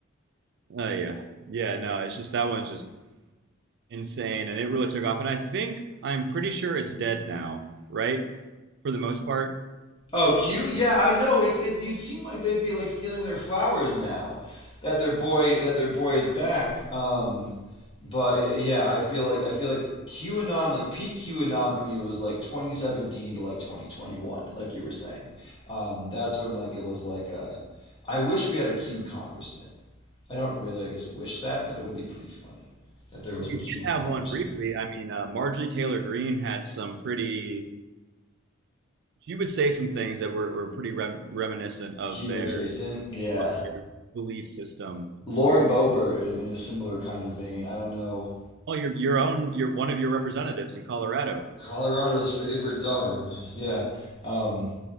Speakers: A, on the right (about 55°); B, on the left (about 25°).
A: Oh yeah, yeah. No, it's just that one's just insane, and it really took off. And I think I'm pretty sure it's dead now, right? For the most part,
B: Oh, Q? Yeah, I know. It's it. You'd seem like they'd be like feeling their flowers now that their boy that their boy is back. Um, but i yeah, I feel like I feel like QAnon, like peak QAnon for me was like 2017 to like 2021, like you were saying. Um, that's when like it was like a. I wish we had a Q congressman. I don't really, I guess, wish that, but it would be pretty funny that there was
A: we
B: a
A: did
B: Q
A: have
B: congressman.
A: one briefly. I mean, uh, Marjorie Taylor Greene had some pretty, she would say some things that were, were pretty rem- reminiscent of
B: Q
A: their
B: adjacent, yeah.
A: of their belief system.
B: Lauren Boebert in, in a similar kind of vein. I don't know.
A: Oh, your your own, your one of your representatives in Colorado.
B: Colorado's favorite daughter, man. Yeah. Um,